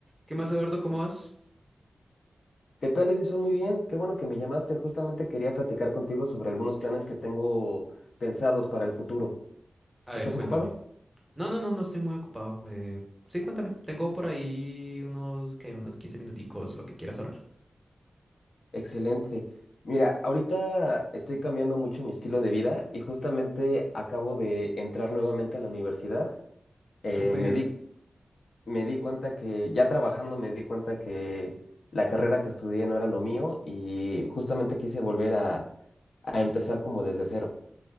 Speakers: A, in the centre; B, on the left (about 85°).
A: ¿Qué más, Eduardo? ¿Cómo vas?
B: ¿Qué tal, Edison? Muy bien, qué bueno que me llamaste. Justamente quería platicar contigo sobre algunos planes que tengo pensados para el futuro.
A: A
B: ¿Estás
A: ver, cuéntame.
B: ocupado?
A: No, no, no, no estoy muy ocupado. Eh, sí, cuéntame. Tengo por ahí unos, que unos 15 minuticos, lo que quieras hablar.
B: Excelente. Mira, ahorita estoy cambiando mucho mi estilo de vida y justamente acabo de entrar nuevamente a la universidad. Eh,
A: Super.
B: me di, me di cuenta que, ya trabajando, me di cuenta que la carrera que estudié no era lo mío y justamente quise volver a, a empezar como desde cero.